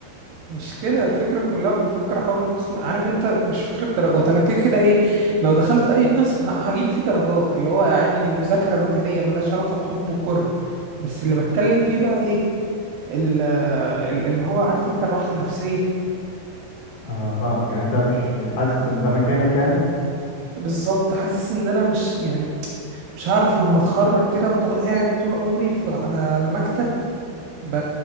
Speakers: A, on the right (about 80°); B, on the left (about 65°).
A: مش كده الفكره كلها بفكر احول من القسم عارف انت مش فكره درجات انا كده كده ايه لو دخلت اي قسم ه- هجيب فيه درجات اللي هو عادي دي مذاكره روتينيه ملهاش علاقه بحب وكره بس اللي بتكلم فيه بقى ايه ال- ال- اللي هو عارف انت الراحة النفسية
B: انا فاهمك يعني انت مش مش حاسس ان ده مكانك يعني
A: بالظبط حاسس ان انا مش يعني مش هعرف لما اتخرج كده افضل قاعد طول عمري في على على مكتب ب...